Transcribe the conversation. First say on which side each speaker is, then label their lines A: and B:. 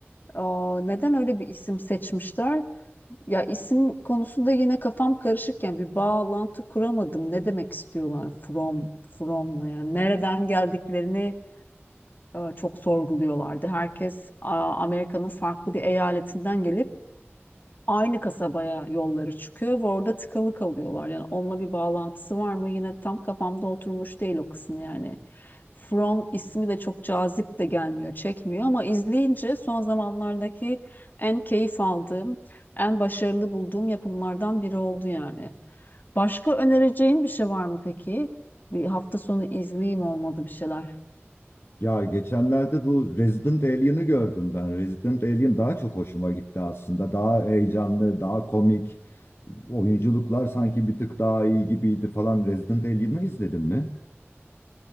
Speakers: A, on the left; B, on the left.
A: aa, neden öyle bir isim seçmişler? Ya isim konusunda yine kafam karışırken bir bağlantı kuramadım. Ne demek istiyorlar from from'la yani nereden geldiklerini e, çok sorguluyorlardı. Herkes a, Amerika'nın farklı bir eyaletinden gelip aynı kasabaya yolları çıkıyor ve orada tıkalı kalıyorlar. Yani onunla bir bağlantısı var mı? Yine tam kafamda oturmuş değil o kısım yani. From ismi de çok cazip de gelmiyor, çekmiyor ama izleyince son zamanlardaki en keyif aldığım, en başarılı bulduğum yapımlardan biri oldu yani. Başka önereceğin bir şey var mı peki? Bir hafta sonu izleyeyim olmadı bir şeyler.
B: Ya geçenlerde bu Resident Alien'ı gördüm ben. Resident Alien daha çok hoşuma gitti aslında. Daha heyecanlı, daha komik. Oyunculuklar sanki bir tık daha iyi gibiydi falan. Resident Alien'ı izledin mi?